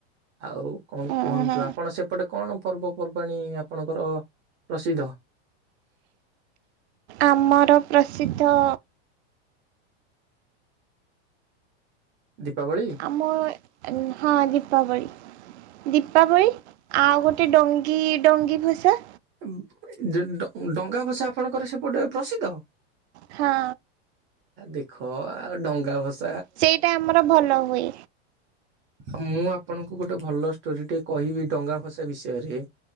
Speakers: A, on the right (about 35°); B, on the right (about 80°).
A: ଆଉ କଣ
B: ଉଁ
A: କୁହନ୍ତୁ
B: ହୁଁ
A: ଆପଣ ସେପଟେ କଣ ପର୍ବପର୍ବାଣି ଆପଣଙ୍କର ପ୍ରସିଦ୍ଧ?
B: ଆମର ପ୍ରସିଦ୍ଧ
A: ଦୀପାବଳି
B: ଆମ ହଁ ଦୀପାବଳି। ଦୀପାବଳି ଆଉ ଗ ଟେ ଡଙ୍ଗୀ ଡଙ୍ଗୀ ଭସା
A: ଏ ଜ ନ ଡଙ୍ଗା ଭସା ଆପଣଙ୍କର ସେପଟେ ପ୍ରସିଦ୍ଧ?
B: ହଁ।
A: ଦେଖ ଡଙ୍ଗା ଭସ
B: ସେଇଟା ଆମର ଭଲ ହୁଏ।
A: ମୁଁ ଆପଣଙ୍କୁ ଗୋଟେ ଭଲ ଷ୍ଟୋରି ଟେ କହିବି ଡଙ୍ଗା ଭସା ବିଷୟରେ।